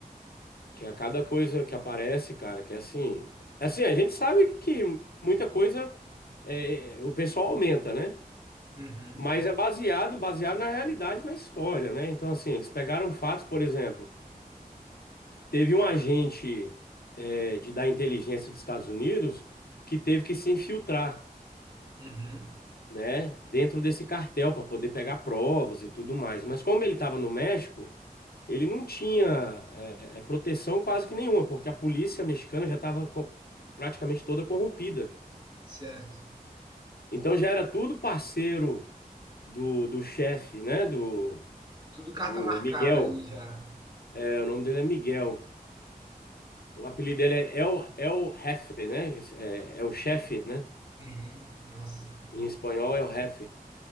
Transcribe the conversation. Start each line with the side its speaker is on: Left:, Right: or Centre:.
Left: Tinha cada coisa que aparece, cara, que é assim. Assim, a gente sabe que muita coisa é, o pessoal aumenta, né?
Right: Uhum,
Left: Mas é baseado, baseado na realidade, na história, né? Então, assim, eles pegaram fatos, por exemplo, teve um agente é, de, da inteligência dos Estados Unidos que teve que se infiltrar,
Right: uhum,
Left: né, dentro desse cartel para poder pegar provas e tudo mais. Mas como ele estava no México. ele não tinha é, é, proteção quase que nenhuma, porque a polícia mexicana já estava praticamente toda corrompida.
Right: certo.
Left: Então já era tudo parceiro do, do chefe, né? Do,
Right: Tudo carta
Left: do
Right: marcada
Left: Miguel.
Right: ali já.
Left: É, o nome dele é Miguel. O apelido dele é El, El Jefe, né? É, é o chefe, né?
Right: Uhum, nossa.
Left: Em espanhol é o jefe.